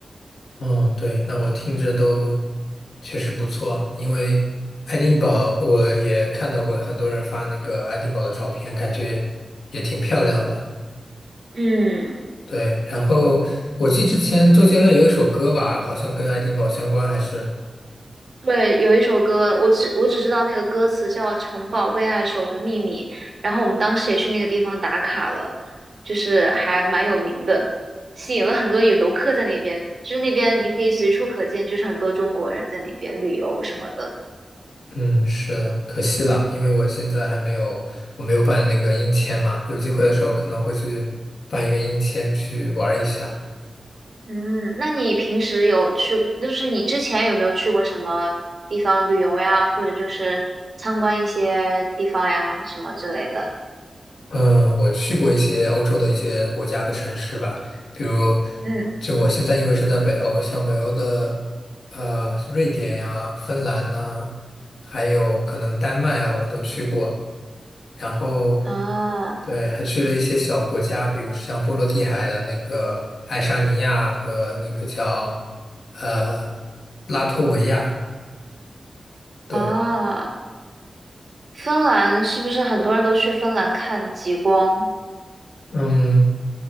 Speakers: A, on the left (about 85°); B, on the right (about 60°).
A: 哦，对，那我听着都确实不错，因为爱丁堡我也看到过很多人发那个爱丁堡的照片，感觉也挺漂亮的。
B: 嗯。
A: 对，然后我记得之前周杰伦有一首歌吧，好像跟爱丁堡相关，还是
B: 对，有一首歌，我只我只知道那个歌词叫《城堡为爱守着秘密》，然后我们当时也去那个地方打卡了，就是还蛮有名的，吸引了很多游客在那边。就是那边你可以随处可见，就是很多中国人在那边旅游什么的。
A: 嗯，是的，可惜了，因为我现在还没有我没有办那个英签嘛，有机会的时候可能会去办一个英签去玩一下。
B: 嗯，那你平时有去，就是你之前有没有去过什么地方旅游呀，或者就是参观一些地方呀，什么之类的？
A: 嗯，我去过一些欧洲的一些国家和城市吧，比如，
B: 嗯，
A: 就我现在因为是在北欧，像北欧的呃瑞典呀、芬兰呐、还有可能丹麦啊，我都去过。然后
B: 啊
A: 对，还去了一些小国家，比如像波罗的海的那个爱沙尼亚和那个叫呃拉脱维亚。对，
B: 啊。芬兰是不是很多人都去芬兰看极光
A: 嗯。